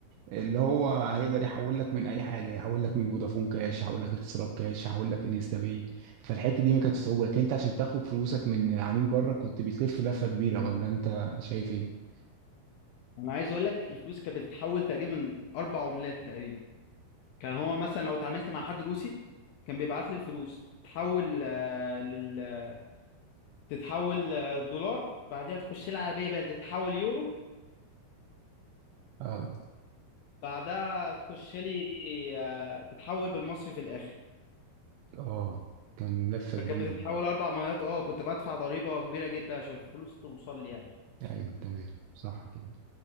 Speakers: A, on the right; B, on the left.
A: اللي هو هيقدر يحول لك من اي حاجه يحول لك من فودافون كاش يحول لك اتصالات كاش يحول لك انستا باي فالحته دي ما كانتش صعوبه لكن انت عشان تاخد فلوسك من عميل بره كنت بتلف لفه كبيره ولا انت شايف ايه
B: انا عايز اقول لك الفلوس كانت بتتحول تقريبا اربع عملات تقريبا كان هو مثلا لو اتعاملت مع حد روسي كان بيبعت لي الفلوس تتحول آه، لل تتحول آه، دولار بعدها تخش لها على باي بال تتحول يورو
A: اه
B: بعدها تخش لي آه، تتحول بالمصري في الاخر
A: اه كان لفه
B: فكانت
A: كبيره
B: بتتحول
A: يعني
B: اربع مرات اه كنت بدفع ضريبه كبيره جدا عشان الفلوس توصل لي يعني
A: ايوه تمام صح كده